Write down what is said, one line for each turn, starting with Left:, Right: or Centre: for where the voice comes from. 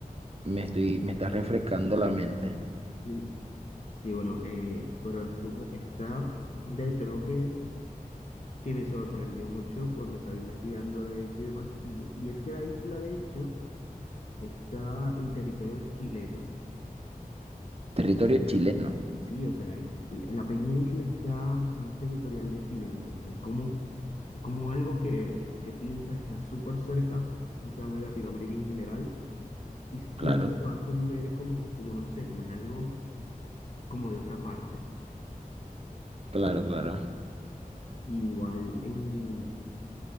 Right: me estoy, me está refrescando la mente.
Left: Mm, Sí, bueno, eh, pero es súper, está, de hecho, lo que, que me sorprendió mucho cuando estaba investigando de eso y demás, y, y es que la isla, de hecho, está en territorio chileno.
Right: Territorio chileno,
Left: Sí, o sea, es- la pequeña isla está, es territorial de Chile, entonces, como, es como algo que, que piensas está súper cerca, quizás de Latinoamérica en general, y siempre
Right: claro,
Left: lo hacen ver como, como no sé, como es algo como de otra parte.
Right: claro, claro.
Left: Igual en,